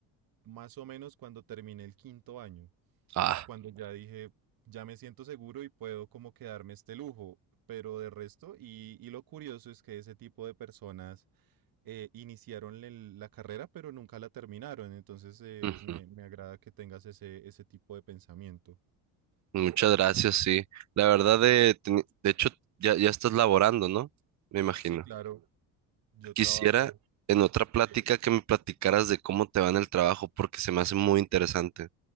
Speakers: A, on the right (about 60°); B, on the right (about 45°).
A: más o menos cuando terminé el quinto año
B: Ah,
A: cuando ya dije, ya me siento seguro y puedo como quedarme este lujo. Pero de resto, y, y lo curioso es que ese tipo de personas eh, iniciaron el- la carrera, pero nunca la terminaron. Entonces, eh,
B: ujú.
A: me, me agrada que tengas ese, ese tipo de pensamiento.
B: Muchas gracias, sí. La verdad, de, teni- de hecho, ya, ya estás laborando, ¿no? Me imagino.
A: Sí, claro, yo
B: Quisiera
A: trabajo.
B: en otra plática
A: Sí.
B: que me platicaras de cómo te va en el trabajo, porque se me hace muy interesante.